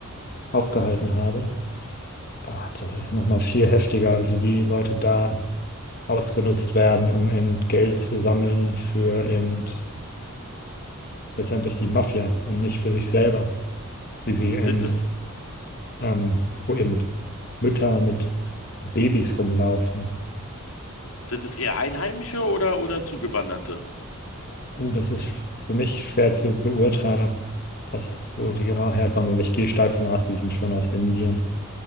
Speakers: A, on the left; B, on the left.
A: aufgehalten habe. Ah, das ist nochmal viel heftiger, wie die Leute da ausgenutzt werden, um eben Geld zu sammeln für eben letztendlich die Mafia und nicht für sich selber. Wie sie eben,
B: Sind es,
A: ähm, wo eben Mütter mit Babys rumlaufen.
B: sind es eher Einheimische oder, oder Zugewanderte?
A: Uh, das ist sch- für mich schwer zu beurteilen, ob was, wo die genau herkommen. Aber ich gehe stark von aus, die sind schon aus Indien.